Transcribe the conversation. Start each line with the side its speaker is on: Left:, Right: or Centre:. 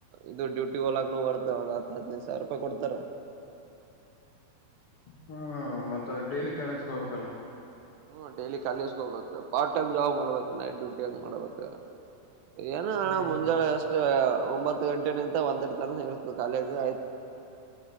Right: ಇದು ಡ್ಯೂಟಿ ಹಲಾಕ್ ಬರ್ತ ಒ ಹದಿನೈದು ಸಾವಿ ರೂಪಾಯಿ ಕೊಡ್ತಾರೆ
Left: ಹ್ಮ ಮತ್ತದ ಡೈಲಿ ಕಾಲೇಜಗೆ ಹೋಗ್ಬೇಕಲ್ಲ
Right: ಹ್ಮ ಡೈಲಿ ಕಾಲಿಸಕೋಬೇಕು ಪಾರ್ಟ್ ಟೈಮ್ ಜಾಬ್ ಮಾಡ್ಬೇಕು ನೈಟ್ ಡ್ಯೂಟಿ ಹಂಗ್ ಮಾಡ್ಬೇಕ ಏನ
Left: ಹ್ಮ್
Right: ಅಣ ಮುಂಜಳೆ
Left: ಹ್ಮ್
Right: ಎಷ್ಟು ಒಂಬತ್ತು ಗಂಟೆ ನಿಂತ ಒಂದೆರ ತನಕ ಇರ್ತದೆ ಕಾಲೇಜ್ ಆಯ್ತು